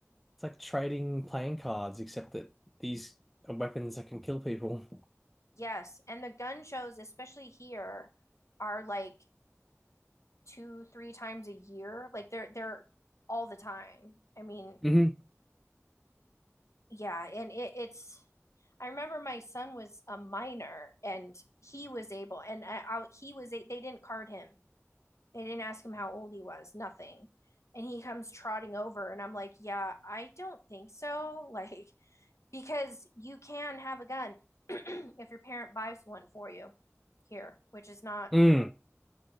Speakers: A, in the centre; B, on the left.
A: it's like trading playing cards, except that these are weapons that can kill people.
B: yes and the gun shows especially here are like two three times a year like they're they're all the time i mean
A: Mm-hmm.
B: yeah and it, it's I remember my son was a minor and he was able, and I, I, he was, they didn't card him. They didn't ask him how old he was, nothing. And he comes trotting over, and I'm like, yeah, I don't think so. <laughs> Like, because you can have a gun <clears throat> if your parent buys one for you here, which is not.
A: Mm.